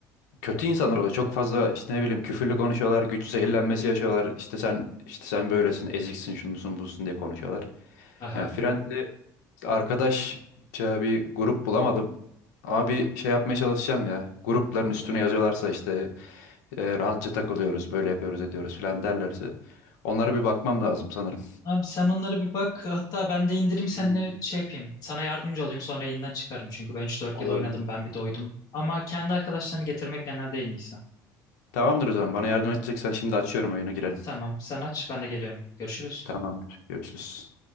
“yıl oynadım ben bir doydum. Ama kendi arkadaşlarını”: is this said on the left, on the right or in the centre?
Left